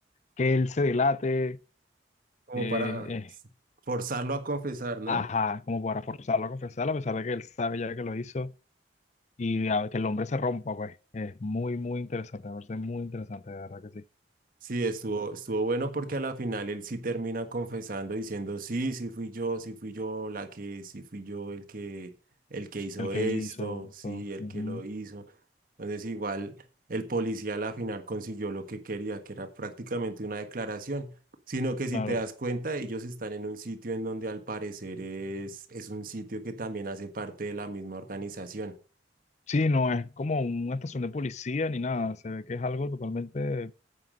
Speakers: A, on the left; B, on the right.
A: que él se delate,
B: Como
A: eh, eh,
B: para s- forzarlo a confesar, ¿no?
A: ajá, como para forzarlo a confesar, a pesar de que él sabe ya que lo hizo y a- que el hombre se rompa, pues. Es muy, muy interesante, me parece muy interesante, de verdad que sí.
B: Sí, estuvo, estuvo bueno porque a la final él sí termina confesando diciendo, sí, sí fui yo, sí fui yo la que, sí fui yo el que, el que hizo
A: el que
B: esto,
A: hizo.
B: sí,
A: so,
B: el
A: ujú,
B: que lo hizo. Entonces igual el policía a la final consiguió lo que quería, que era prácticamente una declaración, sino que si
A: claro.
B: te das cuenta, ellos están en un sitio en donde al parecer es, es un sitio que también hace parte de la misma organización.
A: Sí, no es como una estación de policía ni nada. Se ve que es algo totalmente